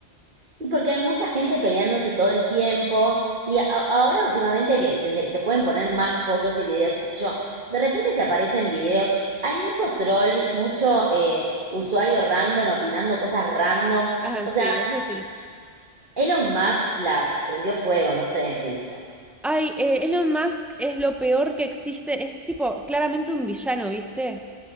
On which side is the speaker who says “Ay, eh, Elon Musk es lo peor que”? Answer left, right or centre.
Centre